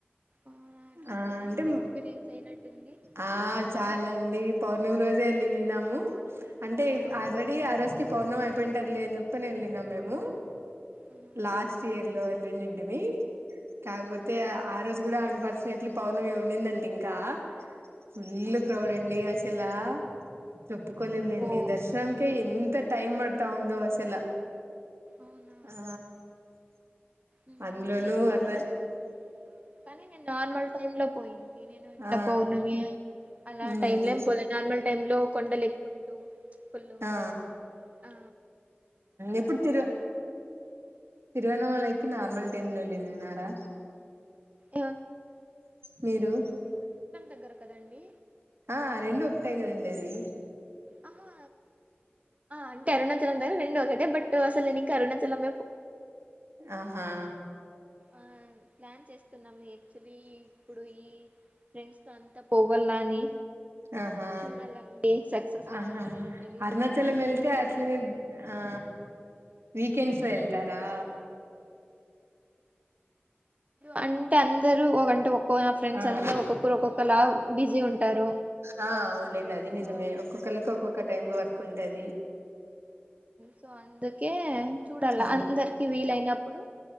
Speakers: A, on the right; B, on the right.
A: అవునా అట్లాంటారా
B: ఆ అంటే
A: మీకు ఎక్స్పీరియన్స్ అయినట్టుంది
B: ఆ
A: చెప్తున్నారు
B: చాలండి పౌర్ణమి రోజే వెళ్ళినిన్నాము అంటే
A: అవునా
B: ఆల్రెడీ ఆ రోజుకి పౌర్ణం అయిపోయింటారుది లే అని చెప్పని వెళ్ళినం మేము
A: ఆహా,
B: లాస్ట్ ఇయర్ లో వెళ్ళండండి మీ కాకపోతే
A: అవునా
B: ఆ రోజు కూడా అన్ఫార్చునేట్లీ పౌర్ణమి ఉండిందంటే ఇంకా ఫుల్
A: ఆ,
B: క్రౌడ్ అండి అసలా చెప్పుకలేంలేండి
A: ఓ
B: దర్శనకే ఎంత టైమ్ మతా ఒంద అసెల
A: అవునా
B: ఆ
A: ఉమ్,
B: అందులోను
A: నేను పోయినాను
B: అర్ణ
A: కానీ నేను నార్మల్ టైమ్ లో పోయింది నేను ఇట్లా
B: ఆ
A: పర్ణమ అలా
B: మ్మ్
A: టైమ్ లో ఏం పోలే నార్మల్ టైమ్ లో కొండలు ఎక్కుంటూ ఫుళు
B: ఆ
A: ఆ
B: ఎప్పుడు తిరు తిరువనమలకి నార్మల్ టైమ్ లో వెళ్ళన్నారా
A: ఏ
B: మీరు
A: దగ్గర కదండి
B: ఆ రెండు ఒకటే కదండి అది
A: ఆహా అంటే అరుణచలం రెండు ఒకటే బట్ అసలు నేను ఇంకా అరుణాచలం
B: ఆహా
A: ఆ ప్లాన్ చేస్తున్నాము యాక్చులీ ఇప్పుడు ఈ ఫ్రెండ్స్ తో అంతా పోవాల అని
B: ఆహా
A: చూడాలండి సక్సెస్ అయితుందా
B: ఆహా
A: లేదో తెలీదు
B: అరుణాచలం
A: అందరికి
B: వేల్తే
A: ఇవి
B: అట్లేనే ఆ వీకెండ్స్ లో వెళ్తారా
A: అంటే అందరు ఒక ఒక్కో నా ఫ్రెండ్స్
B: ఆ
A: అందరు ఒక్కొక్కరు ఒక్కొక్కలా బిజీ ఉంటారు
B: ఆ అవులేండి అది నిజమే
A: సో
B: ఒక్కొక్కరికి ఒక్కొక్క టై లో
A: ఆ
B: వర్క్ ఉంటది
A: సో అందుకే చూడాల
B: ఆ
A: అందరికి వీలైనప్పుడు